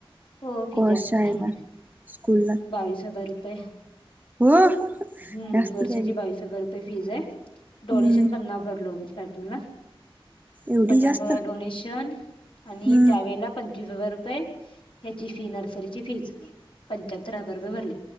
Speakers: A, on the left; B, on the right.
A: हो, फी
B: को
A: जास्त
B: शाळेला
A: आहे,
B: स्कूल ला
A: बावीस हजार रुपये.
B: हो जास्तच
A: हम्म वर्षाची
B: आहे की
A: बावीस हजार रू रूपेय फीज आहे, डोनेशन
B: हम्म
A: पण नाय भरलो आम्ही स्टार्टिंगला.
B: एवढी
A: पन्नास
B: जास्त
A: हजार डोनेशन
B: हम्म
A: आणि त्यावेेळेला पंचवीस हजार रुपये हेची फी, नर्सरीची फीज पंच्याहत्तर हजार रुपये भरले.